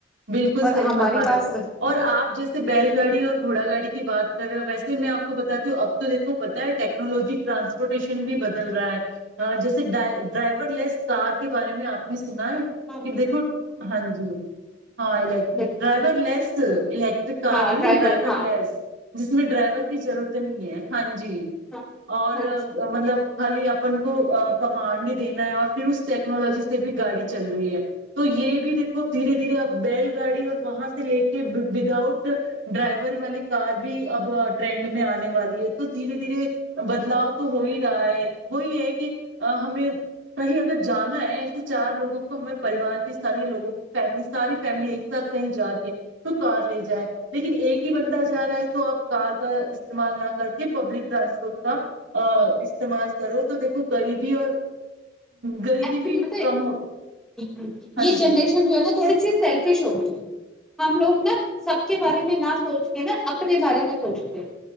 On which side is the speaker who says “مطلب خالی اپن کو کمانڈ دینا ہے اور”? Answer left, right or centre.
Right